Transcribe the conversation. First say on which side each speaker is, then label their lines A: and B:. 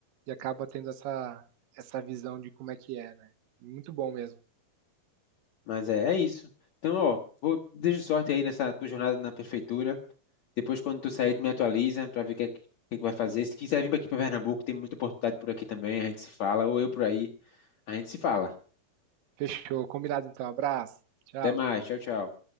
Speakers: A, on the right (about 70°); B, on the left (about 55°).
A: e acaba tendo essa, essa visão de como é que é, né? Muito bom mesmo.
B: Mas é, é isso. Então, ó, vou, desejo sorte aí nessa tua jornada na prefeitura. Depois, quando tu sair, tu me atualiza pra ver o que, é que, que é que vai fazer. Se quiser vir aqui pra Pernambuco, tem muita oportunidade por aqui também. A gente se fala, ou eu por aí, a gente se fala.
A: Fechou, combinado então, abraço, tchau.
B: Até mais, tchau, tchau.